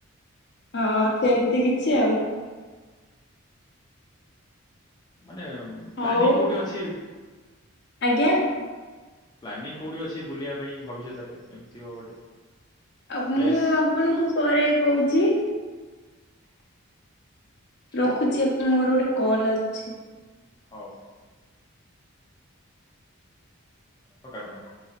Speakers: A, on the left; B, on the left.
A: ହଁ ସେମିତି କିଛି ଆଉ।
B: ମାନେ
A: ହଉ
B: ପ୍ଲାନିଂ କୋଉଠି ଅଛି?
A: ଆଜ୍ଞା।
B: ପ୍ଲାନିଂ କୋଉଠି ଅଛି ବୁଲିବା ପାଇଁ ଭବିଷ୍ୟତରେ ଏମିତି ହବ ଗୋଟେ
A: ଆଉ
B: ପ୍ଲେସ୍
A: ମୁଁ ଆପଣଙ୍କୁ ପରେ କହୁଛି। ରଖୁଛି
B: ହଉ ହଉ
A: ମୋର ଗୋଟେ କଲ୍ ଆସୁଛି।
B: ହଉ ହଉ। ହଉ କାଟି ଦିଅ।